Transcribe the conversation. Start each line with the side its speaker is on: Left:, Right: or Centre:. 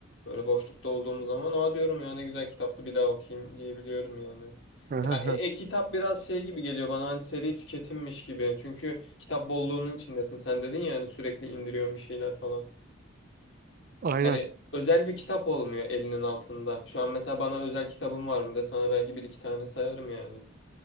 Left: böyle boşlukta olduğum zaman aa diyorum ya ne güzel kitaptı bir daha okuyayım diyebiliyorum yani.
Right: Hı hı
Left: Ya
Right: hı.
Left: e- e-kitap biraz şey gibi geliyor bana hani seri tüketimmiş gibi. Çünkü kitap bolluğunun içindesin. Sen dedin ya hani sürekli indiriyorsun bir şeyler falan.
Right: Aynen
Left: Yani özel bir kitap olmuyor elinin altında. Şu an mesela bana özel kitabım var mı de sana belki bir iki tane sayarım yani.